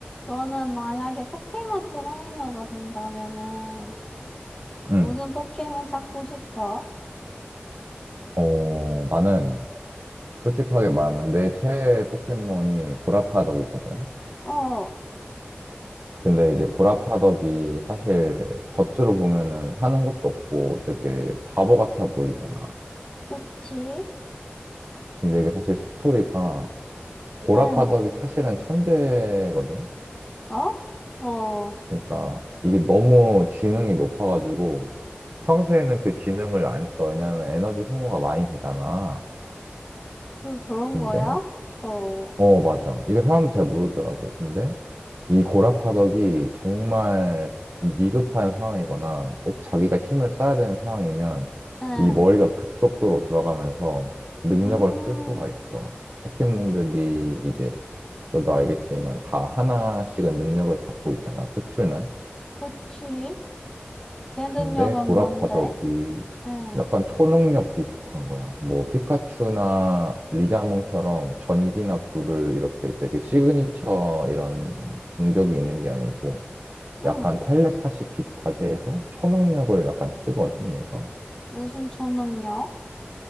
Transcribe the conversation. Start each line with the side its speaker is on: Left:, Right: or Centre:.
Left: 너는 만약에 포켓몬 트레이너가 된다면은
Right: 응.
Left: 무슨 포켓몬 찾고 싶어?
Right: 어, 나는 솔직하게 말하면 내 최애 포켓몬이 고라파덕이거든.
Left: 어,
Right: 근데 이제 고라파덕이 사실 겉으로 보면은 하는 것도 없고 되게 바보 같아 보이잖아.
Left: 그치?
Right: 근데 이게 사실 스토리가 고라파덕이
Left: 응.
Right: 사실은 천재거든.
Left: 어? 어,
Right: 그러니까 이게 너무 지능이 높아가지고 평소에는 그 지능을 안 써. 왜냐하면 에너지 소모가 많이 되잖아.
Left: 그 그런
Right: 근데
Left: 거야? 어,
Right: 어, 맞아. 이게 사람들 잘 모르더라고. 근데 이 고라파덕이 정말 위급한 상황이거나 꼭 자기가 힘을 써야 되는 상황이면
Left: 응.
Right: 이 머리가 급속도로 돌아가면서 능력을
Left: 음,
Right: 쓸 수가 있어. 포켓몬들이 이제 너도 알겠지만 다 하나씩은 능력을 갖고 있잖아. 특출난.
Left: 그치? 걔
Right: 근데
Left: 능력은
Right: 고라파덕이
Left: 뭔데? 응,
Right: 약간 초능력 비슷한 거야. 뭐 피카츄나 리자몽처럼 전기나 불을 이렇게 되게 시그니처 이런 공격이 있는 게 아니고
Left: 응.
Right: 약간 텔레파시 비슷하게 해서 초능력을 약간 쓰거든, 얘가.
Left: 무슨 초능력?